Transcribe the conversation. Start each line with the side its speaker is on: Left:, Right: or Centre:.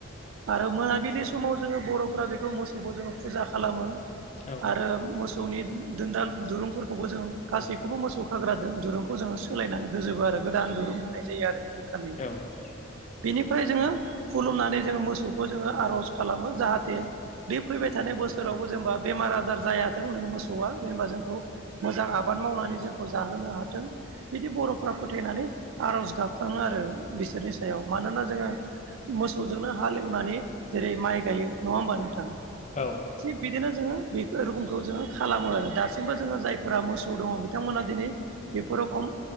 Right: आरो मोनाबिलि समाव जोङो बर'फ्रा बेखौ मोसौखौ जोङो फुजा खालामो
Left: औ
Right: आरो। मोसौनि दोनदाल दुरुंफोरखौबो जों गासैखौबो मोसौ खाग्रा दुरुं खौ जोङो सोलायनानै होजोबो आरो गोदान दुरुं होनाय जायो आरो बिदि
Left: औ औ
Right: बेनिफ्राय जोङो खुलुमनानै जो मस थौखौ जोङो आर'ज खालामो जाहाथे बे फैबाय थानाय बोसोरावबो जेनेबा बेमार आजार जायाथों नों मोसौआ जेनेबा जोंखौ मोजां आबाद मावनानै जोंखौ जाहोनो हाथों बिदि बर'फ्रा फोथायनानै आर'ज गाबखाङो आरो बिसोरनि सायाव मानोना जोङो मोसौजोंनो हालेवनानै जेरै माइ गायो नङा होमबा नोंथां?
Left: औ
Right: थिग बिदिनो जोङो बेखौ रोखोमखौ जोङो खालामो आरो दासिमबो जोङो जायफोरा मोसौ दङ बिथांमोना दिनै बेफोर रखम